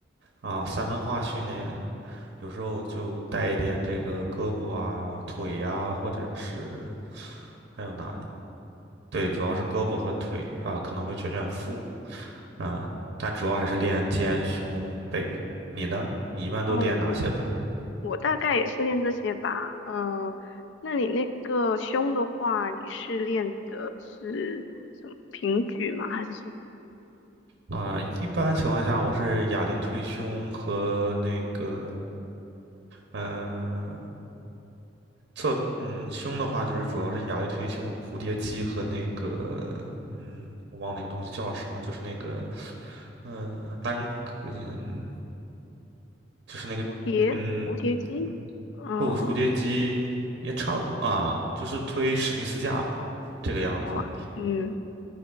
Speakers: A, on the right (about 65°); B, on the left (about 80°).
A: 啊，三分化训练。有时候就带一点这个胳膊啊、腿呀、或者是还有哪里？对，主要是胳膊和腿啊，可能会卷卷腹啊，但主要还是练肩、胸、背。你呢？你一般都练哪些部位
B: 哦，我。我大概也是练这些吧，嗯，那你那个胸的话，你是练的是什么平举吗？还是什么
A: 啊？一般情况下，我是哑铃推胸和那个，嗯、侧嗯胸的话，就是主要是哑类推胸、蝴蝶肌和那个嗯，我忘了那个东西叫什么，就是那个嗯单嗯，就是那个嗯嗯
B: 蝴蝶蝴蝶肌？哦，
A: 不，蝴蝶肌也差不多啊，就是推史密斯架吧，这个样子。
B: 哦，嗯，